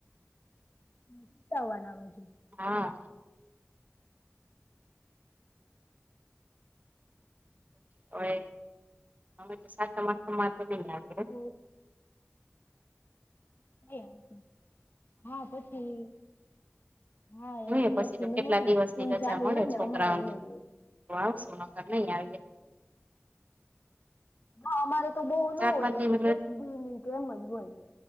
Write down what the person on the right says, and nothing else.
હા. હવે અમે તો સાતમ આઠમ માત્ર નહી આલુ
જોઈએ
પછી
તો
કેટલા
દિવસની
રજા
મળે
છોકરાઓને
તો આવ સો નખર નહી આવીએ.
ચાર
પાંચ દિન